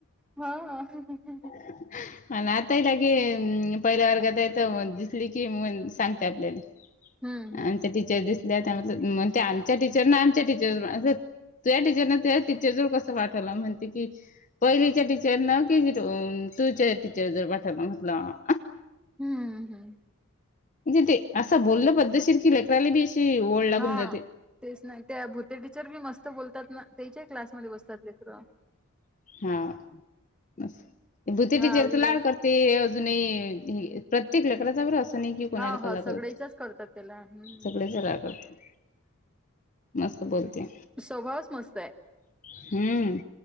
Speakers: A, in the centre; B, on the left.
A: हा हा. हम्म हम्म.
B: <unintelligible> आणि आताही लागे, पहिल्या वर्गात तर दिसली कि, मग सांगते आपल्याला.
A: हम्म हम्म
B: आमच्या टीचर दिसल्या त्याण आमच्या टीचर ना आमच्या टीचर असच त्या टीचरन त टीचर जर कस पाठवल, म्हणते ती पहिलीच्या टीचरन कि. तु तुझ्या टीचर जर पाठला म्हटलं
A: हम्म हम्म.
B: म्हणजे ते असं बोलल पद्धतशीर की, लेकराला बी अशी ओळ लागून
A: हा
B: जाते.
A: तेच ना त्या भुते टीचर बी मस्त बोलतात ना, तेच्याही क्लासमध्ये बसतात लेकर.
B: हां. असं भुते
A: हा
B: टीचर
A: विराज
B: तर, लाड कर ते अजूनही प्रत्येक लेकराचं बरं असय. नाही कि कोणाला
A: हा
B: कल
A: हा सगळ्याच्याच
B: करत,
A: करतात त्याला हम्म
B: सगळे सग करते. मस्त बोलते.
A: स्वभावाचं मस्त आहे.
B: हम्म